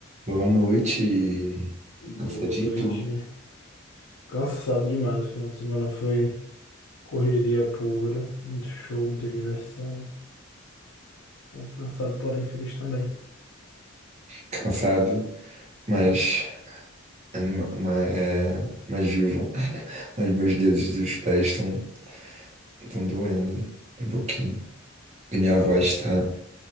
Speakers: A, on the right (about 30°); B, on the left (about 80°).
A: Boa noite, cansadito,
B: Boa noite. Cansado demais. O final de semana foi correria pura, muito show, muita diversão. É cansado, porém feliz também.
A: cansado, mas, anima ma- é, mas vivo. <laughs> Mas meus dedos dos pés estão estão doendo um pouquinho. E minha voz está,